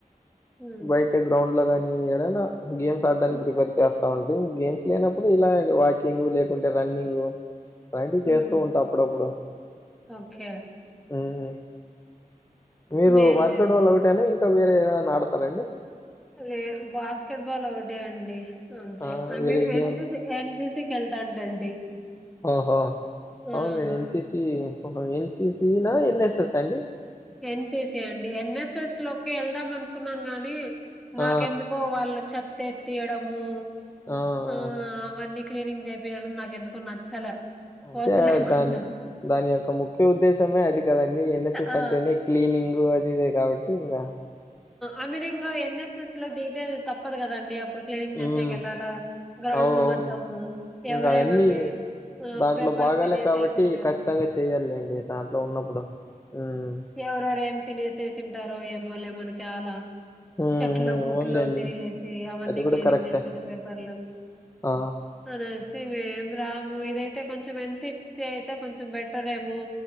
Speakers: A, in the centre; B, on the left.
A: హ్మ్.
B: వైట్ అంటే గ్రౌండ్ లోగాని ఏడైనా గేమ్స్ ఆడడానికి
A: హ్మ్.
B: ప్రిపేర్ చేస్ డి గేమ్స్ లేనప్పుడు ఇలా వాకింగ్ లేకుంటే రన్నింగ్ ప్రాక్టీస్ చేస్తూ
A: హ్మ్.
B: ఉంటా అప్పుడప్పుడు
A: ఓకే
B: మ్ హు మీరు
A: మేల్లేండి
B: బాస్కెట్ బాల్ ఒకటేనా ఇంకా వేరే ఏదైన ఆడతారండి
A: లేదు బాస్కెట్ బాల్ ఒకటే అండి అంతే
B: ఆ!
A: ఐ
B: వేరే
A: మీన్
B: గేమ్
A: ఎన్ ఎన్సిసికి వెళ్తాంటండి
B: ఓహో
A: ఆ
B: అవునండి ఎన్సిసి ఎన్సిసినా ఎన్ఎస్ఎస్ అండి
A: ఎన్సిసి అండి ఎన్ఎస్ఎస్ లోకి వెళ్దాం అనుకున్నాను గాని నాకెందు
B: ఆ!
A: కో వాళ్ళు చెత్త్ఎత్తీయడము
B: ఆ
A: ఆ అవన్నీ క్లీనింగ్ చేపియడం నాకు ఎందుకో నచ్చలే
B: అంటే
A: వద్దులే అనుకున్నా
B: దాని దాని యొక్క ముక్ ఉద్దేశమే అది కదండి ఎన్ఎస్ఎస్
A: ఆ
B: అంటేనే క్లీనింగ్ అదిదే కాబట్టి ఇంకా
A: ఆమెదింగా ఎన్ఎస్ఎస్ లో దిగితే అది తప్పదు కదండి అప్ క్లీన్ చేసేకెళ్ళాలా
B: ఉమ్
A: గ్రౌండ్
B: అవు అవును
A: మొత్తము
B: ఇంకా
A: ఎవరేమేమి
B: అయన్నీ
A: ఆ
B: దాంట్లో
A: పేపర్స్
B: బాగాలే
A: తినేసేసింటారు
B: కాబట్టి ఖచ్చితంగా చెయ్యాలి అండి దాంట్లో ఉన్నప్పుడు హ్మ్
A: ఎవరోరేం తినేసి వేసేసింటారో ఏమోలే మనకి యాల
B: ఉమ్
A: చెట్లో పుట్లో
B: అవునులేండి
A: తిరిగేసి అవన్నీ
B: అది కూడా
A: క్లీనింగ్
B: కరెక్టే
A: చేసుకుంటే పేపర్లు
B: ఆ
A: అనేసి మేము రాము ఇదైతే ఎన్సీసి అయితే కొంచెం బెటరేమో